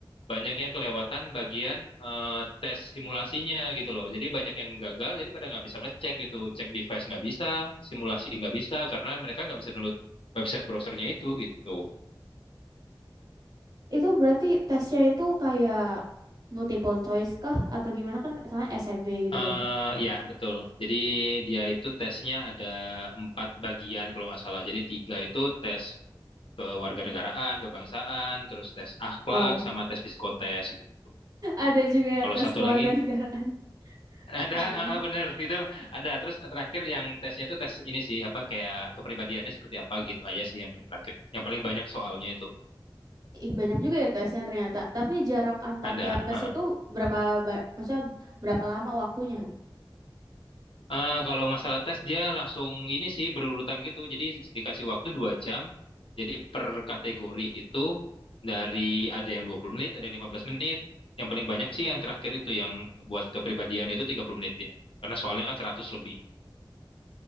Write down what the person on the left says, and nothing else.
banyak yang kelewatan bagian eh, tes simulasinya gitu loh. Jadi banyak yang gagal, jadi pada nggak bisa ngecek gitu. Cek device nggak bisa, simulasi nggak bisa, karena mereka nggak bisa download website browsernya itu gitu.
eh
ya, betul. Jadi dia itu tesnya ada empat bagian kalau nggak salah. Jadi tiga itu tes kewarganegaraan, kebangsaan, terus tes akhlak,
sama tes psikotes gitu.
Kalau
satu
lagi, <laughs> ada,
ah, ah, bener itu ada. Terus terakhir yang tesnya itu tes ini sih, apa kayak kepribadiannya seperti apa gitu aja sih yang paling terakhir. Yang paling banyak soalnya itu
ada.
Eh, kalau masalah tes dia langsung ini sih berurutan gitu. Jadi dikasih waktu dua jam. Jadi per kategori itu dari ada yang 20 menit, ada yang 15 menit. Yang paling banyak sih yang terakhir itu yang buat kepribadian itu 30 menit ya. Karena soalnya kan 100 lebih.